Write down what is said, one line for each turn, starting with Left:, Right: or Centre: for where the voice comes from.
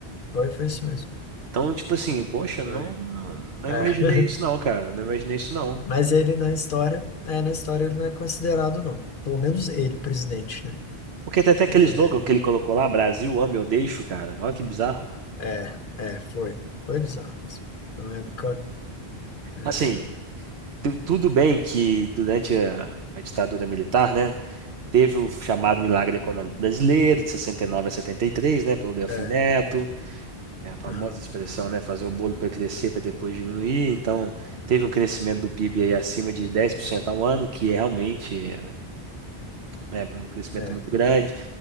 Left: Foi, foi isso mesmo.
Right: Então, tipo assim, poxa,
Left: Foi.
Right: não, não não
Left: É.
Right: imaginei
Left: <laughs>
Right: isso não, cara. Não imaginei isso não.
Left: Mas ele na história, é, na história ele não é considerado, não. Pelo menos ele, o presidente, né?
Right: Porque tem até aquele
Left: É,
Right: slogan que ele colocou lá, Brasil, ame ou deixo, cara. Olha que bizarro.
Left: é, é, foi. Foi bizarro mesmo. Foi uma época. É,
Right: Assim, tu- tudo bem que durante a a ditadura militar, né? Teve o chamado Milagre Econômico Brasileiro, de 69 a 73, né, pelo Delfim
Left: é,
Right: Neto, é a famosa
Left: aham,
Right: expressão, né, fazer o bolo para crescer para depois diminuir. Então, teve um crescimento do PIB aí acima de 10% ao ano, que é realmente, né, um crescimento
Left: é,
Right: muito grande.